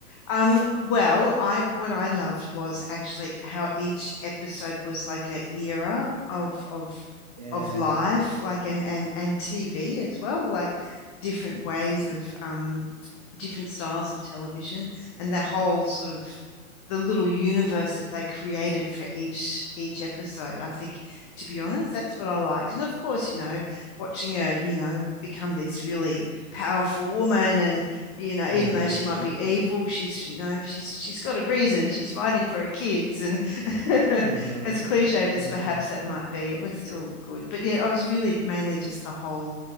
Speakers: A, on the left; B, on the right.
A: Um, well, I what I loved was actually how each episode was like a era of of
B: Yes.
A: of life, like and and and TV as well, like different ways of um different styles of television and the whole sort of the little universe that they created for each each episode. I think, to be honest, that's what I liked. And of course, you know, watching her, you know, become this really powerful woman and you know,
B: Mm-hmm.
A: even though she might be evil, she's you know she's she's got a reason. She's fighting for her kids, and <laughs>
B: Mm-hmm.
A: as cliched as
B: Mm-hmm.
A: perhaps that might be, it was still good. But yeah, I was really mainly just the whole,